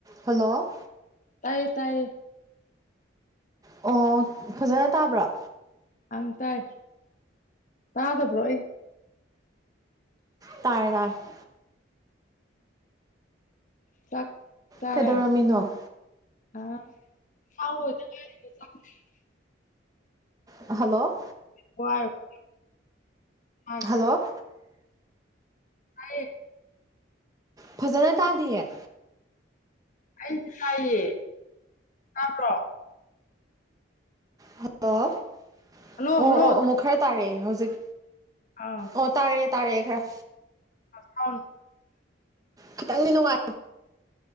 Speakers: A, on the right; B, on the left.
A: Hello
B: ꯇꯥꯏꯌꯦ ꯇꯥꯏꯌꯦ
A: ꯑꯣ ꯐꯖꯅ ꯇꯥꯕ꯭ꯔꯥ
B: ꯑꯪ ꯇꯥꯏ ꯇꯥꯗꯕ꯭ꯔꯣ ꯑꯩ
A: ꯇꯥꯔꯦ ꯇꯥꯔꯦ
B: ꯆꯥꯛ ꯆꯥꯔꯦ
A: ꯀꯩꯗꯧꯔꯝꯃꯤꯅꯣ
B: <unintelligible>
A: ꯍꯜꯂꯣ
B: <unintelligible> ꯇꯥꯏ
A: ꯍꯜꯂꯣ
B: ꯇꯥꯏꯌꯦ
A: ꯐꯖꯅ ꯇꯥꯗꯤꯌꯦ
B: ꯑꯩꯗꯤ ꯇꯥꯏꯌꯦ ꯇꯥꯕ꯭ꯔꯣ
A: ꯍꯜꯂꯣ
B: ꯍꯜꯂꯣ
A: ꯑꯣ
B: ꯍꯜꯂꯣ
A: ꯑꯣ ꯑꯃꯨꯛ ꯈꯔ ꯇꯥꯔꯛꯑꯦ ꯍꯧꯖꯤꯛ
B: ꯑꯥꯎ
A: ꯑꯣ ꯇꯥꯔꯛꯑꯦ ꯇꯥꯔꯛꯑꯦ ꯈꯔ
B: ꯁꯥꯎꯟ
A: ꯈꯤꯇꯪꯗꯤ ꯅꯨꯡꯉꯥꯏ